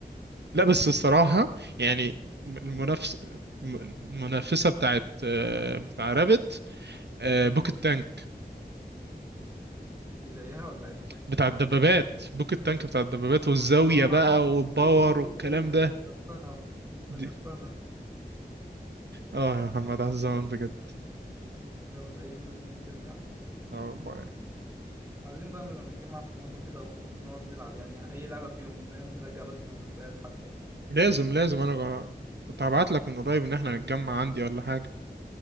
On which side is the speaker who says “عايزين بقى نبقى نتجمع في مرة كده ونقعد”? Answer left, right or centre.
Right